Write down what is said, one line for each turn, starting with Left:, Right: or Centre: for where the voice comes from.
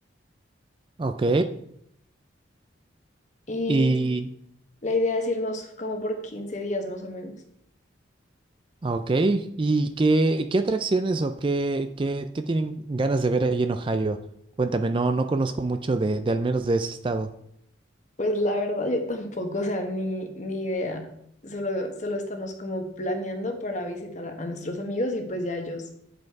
Right: Ok.
Left: Y
Right: Y,
Left: la idea es irnos como por 15 días más o menos.
Right: ok. ¿Y qué, qué atracciones o qué, qué, qué tienen ganas de ver ahí en Ohio? Cuéntame, no, no conozco mucho de, de al menos de ese estado.
Left: Pues la verdad yo tampoco, o sea, ni, ni idea. Solo, solo estamos como planeando para visitar a, a nuestros amigos y pues ya ellos